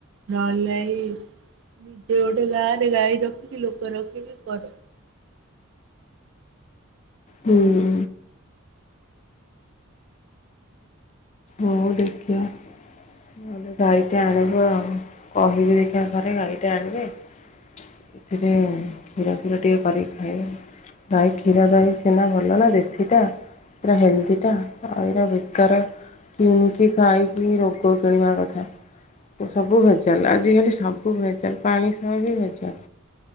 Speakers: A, on the right (about 60°); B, on the left (about 35°).
A: ନହେଲେ ନାଇଁ ନିଜେ ଗୋଟେ ଗାଁରେ ଗାଈ ରଖିକି ଲୋକ ରଖିକି କର।
B: ହୁଁ। ହୁଁ। ହଉ ଦେଖିଆ। ତାଲେ ଗାଈଟେ ଆଣିବୁ ଆଉ, କହିବି ଦେଖିଆ ଘରେ ଗାଈଟେ ଆଣିବେ। ଏଥିରେ କ୍ଷୀର ଫିର ଟିକେ କରିକି ଖାଇବ। ଗାଈ କ୍ଷୀର ଦହି ଛେନା ଭଲ ନା ଦେଶୀଟା। ପୁରା ହେଲ୍ଦିଟା ଆଉ ଏରା ବେକାର କିଣିକି ଖାଇକି ରୋଗ କିଣିବା କ ସବୁ ଭେଜାଲ୍ ଆଜିକାଲି ସବୁ ଭେଜାଲ୍ ପାଣି ସହ ବି ଭେଜାଲ୍।